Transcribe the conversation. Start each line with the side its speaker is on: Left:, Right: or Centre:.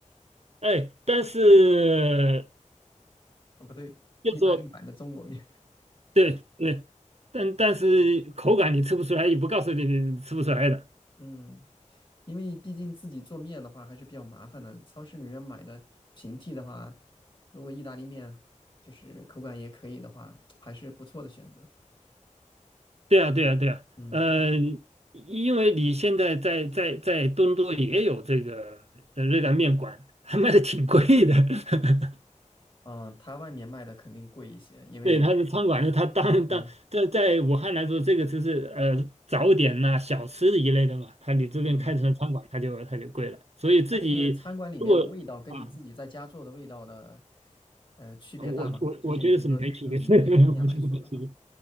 Right: 哎，但是
Left: 啊 <laughs>，不对，
Right: 就说
Left: 意大利版的中国面，
Right: 对对，但但是口感你吃不出来，也不告诉你你吃不出来的。
Left: 嗯，因为毕竟自己做面的话还是比较麻烦的，超市里面买的平替的话，如果意大利面就是口感也可以的话，还是不错的选择，
Right: 对啊，对啊，对啊，
Left: 嗯。
Right: 呃，因为你现在在在在东都也有这个呃热干面馆，还卖的挺贵的。<laughs>
Left: 啊、它外面卖的肯定贵一些，因为
Right: 对，它是餐馆，它当当在在武汉来说，
Left: 对，
Right: 这个就是呃早点呐、小吃一类的嘛。它你这边开成了餐馆，
Left: 嗯，
Right: 它就它就贵了。所以自己如果。
Left: 但是餐馆里面的味道跟你自己在家做的味道的，
Right: 啊。
Left: 呃，区别大吗？
Right: 啊我我我觉得是没区别，
Left: 就是你比如说，就以这个面来说的话，
Right: <laughs> 我觉得没区别，